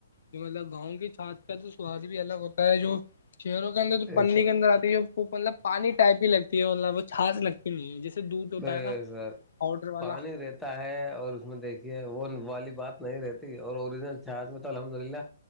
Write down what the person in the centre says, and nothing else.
یہ سب
بے
سر
پانی رہتا- ہے اور اس کو دیکھ کے وہ والی بات نہیں رہتی اور اوریجنل چار میں تو الحمدللہ-